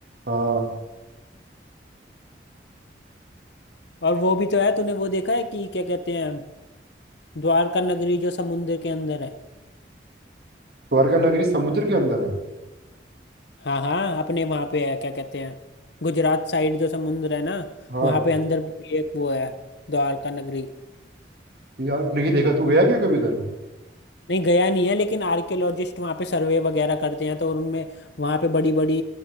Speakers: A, on the right (about 55°); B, on the left (about 70°).
A: हाँ
B: और वो भी तो है तूने वो देखा है कि क्या कहते हैं द्वारका नगरी जो समुद्र के अंदर है
A: द्वारका नगरी समुद्र के अंदर है
B: हाँ हाँ अपने वहां पे है क्या कहते हैं गुजरात साइड जो समुद्र है ना
A: हाँ
B: वहां पे अंदर भी एक वो है द्वारका नगरी
A: यार नहीं देखा तू गया क्या कभी उधर
B: नहीं गया नहीं है लेकिन आर्कियोलॉजिस्ट वहाँ पे सर्वे वगैरह करते हैं तो उनमें वहाँ पे बड़ी बड़ी